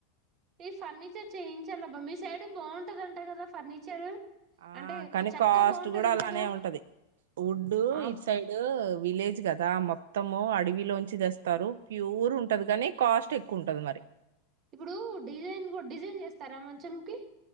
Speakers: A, on the right (about 25°); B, on the right (about 75°).
A: ఈ ఫర్నిచర్ చేయించాలబ్బా మీ సైడ్ బాగుంటదంట కదా ఫర్నిచరు
B: ఆ
A: అంటే
B: కానీ
A: చెక్క
B: కాస్ట్
A: బావుంటదంటగా.
B: కూడా అలానే ఉంటది వుడ్డు
A: ఆ
B: ఇట్ సైడ్ విలేజ్ కదా కదా మొత్తము అడవిలోంచి తెస్తారు ప్యూర్ ఉంటది గని కాస్ట్ ఎక్కువ ఉంటది మరి
A: ఇప్పుడు డిజైన్ కు డిజైన్ చేస్తారా మంచకి